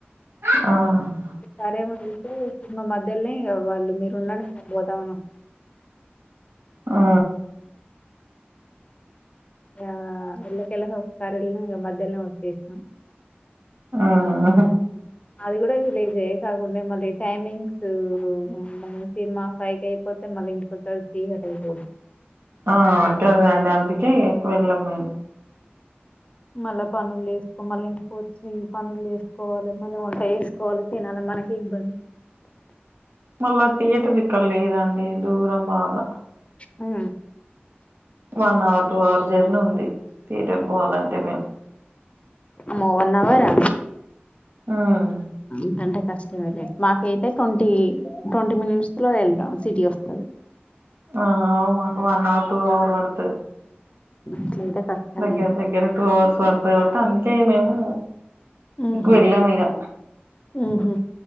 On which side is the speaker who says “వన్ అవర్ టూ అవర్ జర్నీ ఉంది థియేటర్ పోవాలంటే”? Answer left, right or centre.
Right